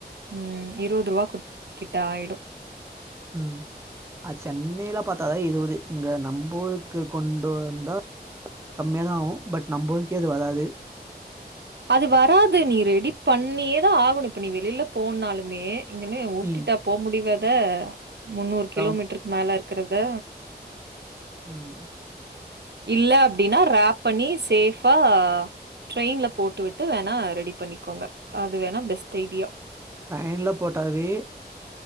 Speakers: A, on the right (about 85°); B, on the right (about 15°).
A: ம் இருவது ரூபாக் குட் கிட்ட ஆயிடு
B: ம் அது சென்னையில பாத்தா தா இருவது இங்க நம்புர்கு கொண்டு வந்தா கம்மியாக தா ஆவு பட் நம்ப ஊர்கே அது வராது
A: அது வராது நீ ரெடி பண்ணியே தா ஆகணு இப்ப நீ வெளியில போனாலுமே இங்கன்னு உருட்டிட்டா
B: ம்
A: போ முடிவ அத முன்னூறு
B: அதா
A: கிலோமீட்டருக்கு மேல இருக்கறத
B: ம்
A: இல் அப்டீன்னா ரேப் பண்ணி சேஃபா ட்ரெயின்ல போட்டுவிட்டு வேணா ரெடி பண்ணிக்கோங்க அது வேணா பெஸ்ட் ஐடியா
B: ட்ரெயின்ல போட்டாவே